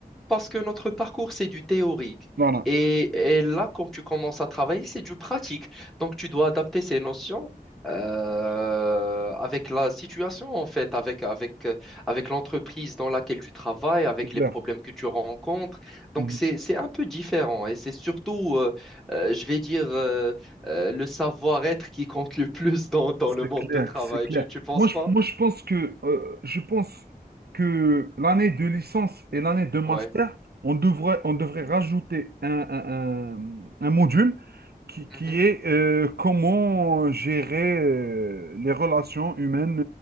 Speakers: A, in the centre; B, on the right.
A: Parce que notre parcours, c'est du théorique.
B: Voilà.
A: Et, et là, quand tu commences à travailler, c'est du pratique. Donc, tu dois adapter ces notions euh, avec la situation, en fait, avec, avec, euh, avec l'entreprise dans laquelle tu travailles, avec
B: C'est clair.
A: les problèmes que tu rencontres. Donc,
B: Mhm.
A: c'est, c'est un peu différent. Et c'est surtout, euh, euh, je vais dire, euh, euh, le savoir-être qui compte le plus <laughs> dans, dans
B: C'est
A: le monde
B: clair,
A: de travail.
B: c'est clair.
A: Tu, tu penses
B: Moi, je,
A: pas?
B: moi, je pense que, euh, je pense que l'année de licence et l'année de master,
A: Ouais.
B: on devrait, on devrait rajouter un, un- un- un module qui, qui
A: Mhm.
B: est euh, comment gérer euh, les relations humaines